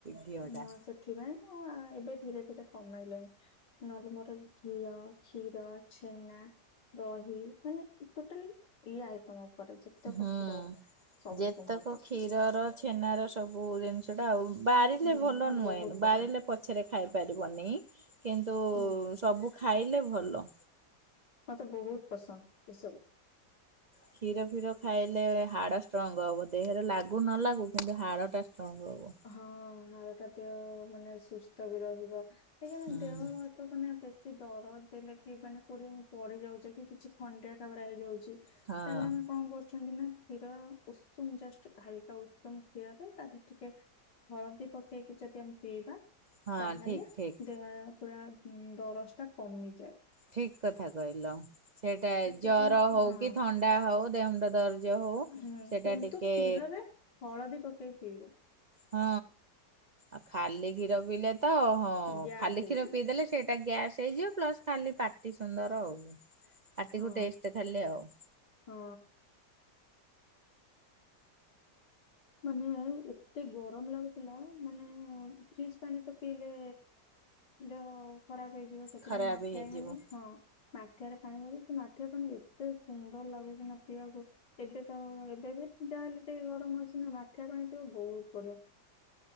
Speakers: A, on the right (about 55°); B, on the left (about 75°).
A: ଘିଅ
B: ହଁ
A: ଟା
B: ସେଥିପାଇଁ ମୁଁ ଏବେ ଧୀରେ ଧୀରେ କମେଇଲେଣି ନହେଲେ ମୋର ଘିଅ, କ୍ଷୀର, ଛେନା ଦହି ମାନେ ଟୋଟାଲ ଇଏ ଆଇଟମ ଉପରେ ଯେତେକ
A: ହୁଁ
B: କ୍ଷୀର ସବୁ
A: ଯେତେକ
B: ମୋର ପସନ୍ଦ।
A: କ୍ଷୀରର ଛେନାର ସବୁ ଜିନିଷଟା ଆଉ ବାରିଲେ
B: ହୁଁ
A: ଭଲ
B: ମୋର
A: ନୁହେଁ
B: ବହୁତ ପସନ୍ଦ
A: ବାରିଲେ ପଛରେ ଖାଇପାରିବନି କିନ୍ତୁ
B: ହୁଁ
A: ସବୁ ଖାଇଲେ ଭଲ।
B: ମତେ ବହୁତ ପସନ୍ଦ ଏସବୁ।
A: କ୍ଷୀର ଫିର ଖାଇଲେ ହାଡ଼ ଷ୍ଟ୍ରଙ୍ଗ ହବ ଦେହରେ ଲାଗୁ ନ ଲାଗୁ କିନ୍ତୁ ହାଡ଼ ଟା ଷ୍ଟ୍ରଙ୍ଗ ହବ।
B: ହଁ ହାଡ଼ ଟା ଦେହ ମାନେ ସୁସ୍ଥ ବି ରହିବ କାହିଁକି ନା
A: ହୁଁ
B: ଦେହ ତ ମାନେ ବେଶୀ ଦର ଦେଲେ କି ମାନେ କୋଡିଏ ପଡି ଯାଉଛେ କି କିଛି ଖଣ୍ଡିଆ ଖାବରା ହେଇଯାଉଛି ତାହେଲେ
A: ହଁ
B: ଆମେ କଣ କରୁ ଛନ୍ତି ନା କ୍ଷୀର ଉଷୁମ ଜଷ୍ଟ ହାଲକା ଉଷୁମ କ୍ଷୀରରେ ତା ଦେରେ ଟିକେ ହଳଦୀ ପକେଇକି ଯଦି ଆମେ ପିଇବା
A: ହଁ
B: ତାହେଲେ
A: ଠିକ ଠିକ।
B: ଦେହ ପୁରା ଦରଜ ଟା କମି ଯାଏ।
A: ଠିକ କଥା କହିଲ। ସେଟା
B: ଟିକେ
A: ଜର ହଉ
B: ହଁ
A: କି ଥଣ୍ଡା ହଉ ଦେହମୁଣ୍ଡ ଦରଜ ହଉ
B: ହୁଁ
A: ସେଟା
B: କିନ୍ତୁ
A: ଟିକେ
B: କ୍ଷୀରରେ ହଳଦୀ ପକେଇ ପିଇବ।
A: ହଁ ଆଉ ଖାଲି କ୍ଷୀର ପିଇଲେ ତ ହଁ
B: ଗ୍ୟାସ୍
A: ଖାଲି
B: ହେଇଯିବ।
A: କ୍ଷୀର ପିଇଦେଲେ ସେଇ ଟା ଗ୍ୟାସ୍ ହେଇଯିବ ପ୍ଲସ ଖାଲି ପାଟି ସୁନ୍ଦର ଆଉ। ପାଟିକୁ
B: ହଁ
A: ଟେଷ୍ଟ ଖାଲି ଆଉ।
B: ହଁ ମାନେ ଏତେ ଗରମ ଲାଗୁଥିଲା ମାନେ ଫ୍ରିଜ ପାଣି ତ ପିଇଲେ ଦେହ ଖରାପ ହେଇଯିବ। ସେଥିପାଇଁ
A: ଖରାପ
B: ମାଠିଆ
A: ହେଇଯିବ।
B: <unintelligible> ହଁ। ମାଠିଆରେ ପାଣି ବ ସେ ମାଠିଆ ପାଣି ଏତେ ସୁନ୍ଦର ଲାଗୁଛି ନା ପିଇବାକୁ ଏବେ ତ ଏବେ ବି ଯାହାହେଲେ ଟିକେ ଗରମ ଅଛି ନା ମାଠିଆ ପାଣି ପିଅ ବହୁତ ବଢିଆ।